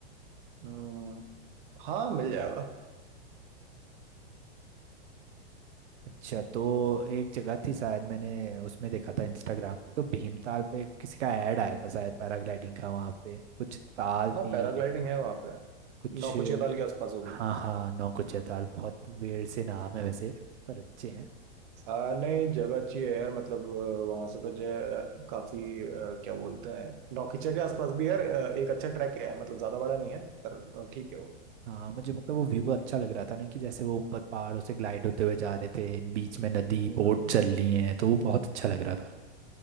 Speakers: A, on the right; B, on the right.
A: हम्म, हाँ मिल जाएगा
B: अच्छा तो एक जगह थी शायद मैंने उसमें देखा था इंस्टाग्राम पे तो भीमताल पे किसी का ऐड आया था शायद पैराग्लाइडिंग का वहाँ पे कुछ ताल थी
A: हाँ पैराग्लाइडिंग है वहां पे
B: कुछ
A: नौकुचिया ताल के आसपास होगी
B: हाँ हाँ नौकुचिया ताल बहुत वेड़ से नाम है वैसे पर अच्छे हैं
A: हाँ नहीं जगह अच्छी है यार मतलब वहां से तो जो है अ, काफी अ, क्या बोलते हैं नौकीचे के आसपास भी यार अ, एक अच्छा ट्रैक है मतलब ज्यादा बड़ा नहीं है पर अ, ठीक है वो
B: हाँ मुझे मतलब वो व्यू अच्छा लग रहा था ना कि जैसे वो ऊपर पहाड़ों से ग्लाइड होते हुए जा रहे थे बीच में नदी
A: हम्म
B: बोट चल रही है तो वो बहुत अच्छा लग रहा था